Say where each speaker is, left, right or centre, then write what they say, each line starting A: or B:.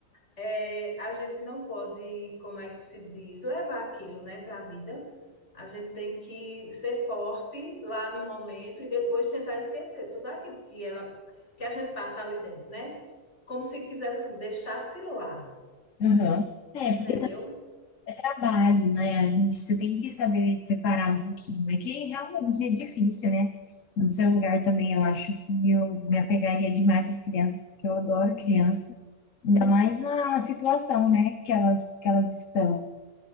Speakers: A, on the left (about 65°); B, on the left (about 85°).
A: é, a gente não pode, como é que se diz, levar aquilo, né, para a vida. A gente tem que ser forte lá no momento e depois tentar esquecer tudo aquilo que ela que a gente passa ali dentro, né? Como se quisesse assim, deixasse lá,
B: Uhum. É,
A: entendeu?
B: porque trabalho, né? A gente, você tem que saber separar um pouquinho. É que realmente é difícil, né? No seu lugar também, eu acho que eu me apegaria demais às crianças, porque eu adoro criança. Ainda mais na situação, né, que elas, que elas estão.